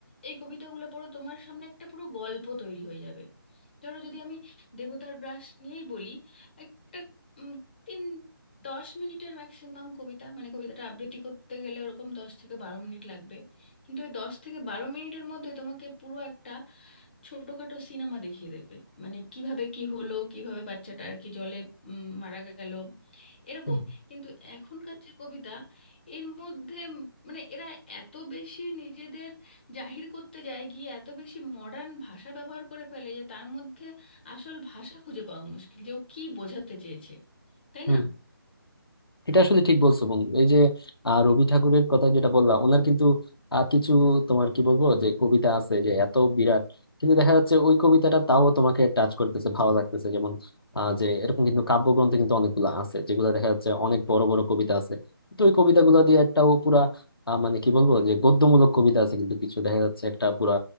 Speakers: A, on the left; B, on the left.
A: এই কবিতাগুলো পড়ো তোমার সামনে একটা পুরো গল্প তৈরি হয়ে যাবে ধরো যদি আমি দেবতার গ্রাস নিয়েই বলি একটা উম, তিন দশ মিনিটের ম্যাক্সিমাম কবিতা মানে কবিতাটা আবৃত্তি করতে গেলে ওরকম দশ থেকে বারো মিনিট লাগবে কিন্তু ওই দশ থেকে বারো মিনিটের মধ্যে তোমাকে পুরো একটা ছোটখাটো সিনেমা দেখিয়ে দেবে মানে কিভাবে কি হলো কিভাবে বাচ্চাটা আর কি জলে উম, মারা গেল এরকম
B: হুম,
A: কিন্তু এখনকার যে কবিতা এর মধ্যে উম মানে এরা এত বেশি নিজেদের জাহির করতে যায় গিয়ে এত বেশি মডার্ন ভাষা ব্যবহার করে ফেলে যে তার মধ্যে আসল ভাষা খুঁজে পাওয়া মুশকিল যে ও কি বোঝাতে চেয়েছে তাই
B: হুম।
A: না
B: এটা আসলে ঠিক বলছো বন্ধু এই যে আহ, রবি ঠাকুরের কথা যেটা বললাম ওনার কিন্তু আহ, কিছু তোমার কি বলবো যে কবিতা আছে যে এত বিরাট কিন্তু দেখা যাচ্ছে ওই কবিতাটা তাও তোমাকে টাচ করতেছে ভালো লাগতেছে যেমন আহ, যে এরকম কিন্তু কাব্যগ্রন্থে কিন্তু অনেকগুলো আছে যেগুলো দেখা যাচ্ছে অনেক বড় বড় কবিতা আছে তো ওই কবিতাগুলো দিয়ে একটা ও পুরা আহ, মানে কি বলবো যে গদ্যমূলক কবিতা আছে কিন্তু কিছু দেখা যাচ্ছে একটা পুরা